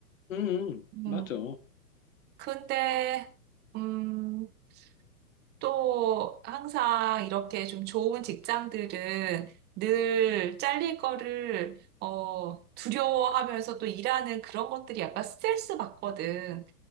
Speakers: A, on the left; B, on the right.
A: 음, 음,
B: 음,
A: 맞아.
B: 근데, 음, 또 항상 이렇게 좀 좋은 직장들은 늘 잘릴 거를 어 두려워하면서 또 일하는 그런 것들이 약간 스트레스 받거든.